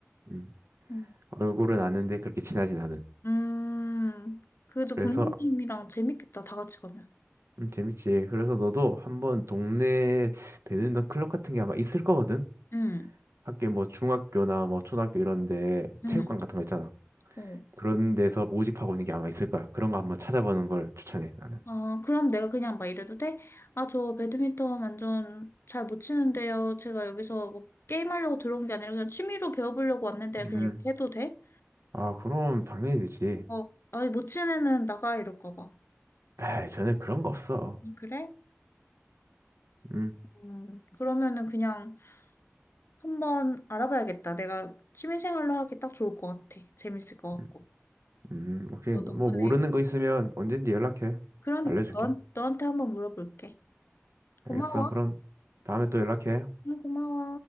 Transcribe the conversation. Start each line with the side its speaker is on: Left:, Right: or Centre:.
Right: 음,
Left: 음.
Right: 얼굴은 아는데 그렇게 친하진 않은.
Left: 음, 그래도
Right: 그래서
Left: 부모님이랑 재밌겠다, 다 같이 가면.
Right: 음, 재밌지. 그래서 너도 한번 동네 배드민턴 클럽 같은 게 아마 있을 거거든?
Left: 응,
Right: 학교 뭐 중학교나 뭐 초등학교 이런 데
Left: 응,
Right: 체육관 같은 거 있잖아.
Left: 어.
Right: 그런 데서 모집하고 있는 게 아마 있을 거야. 그런 거 한번 찾아보는 걸 추천해, 나는.
Left: 아, 그럼 내가 그냥 막 이래도 돼? 아, 저 배드민턴 완전 잘 못 치는데요. 제가 여기서 뭐 게임하려고 들어온 게 아니라 그냥 취미로 배워보려고 왔는데
Right: 음.
Left: 그냥 이렇게 해도 돼?
Right: 아, 그럼 당연히 되지.
Left: 어, 아니, 못 치는 애는 나가 이럴까 봐.
Right: 에이, 전에 그런 거 없어.
Left: 음, 그래?
Right: 음.
Left: 음, 그러면은 그냥 한번 알아봐야겠다. 내가 취미생활로 하기 딱 좋을 것 같아. 재밌을 것 같고.
Right: 음, 음. 오케이.
Left: 너
Right: 뭐
Left: 덕분에.
Right: 모르는 거 있으면 언제든지 연락해.
Left: 그러니까
Right: 알려줄게.
Left: 너, 너한테 한번 물어볼게.
Right: 알겠어.
Left: 고마워.
Right: 그럼 다음에 또 연락해.
Left: 응, 고마워.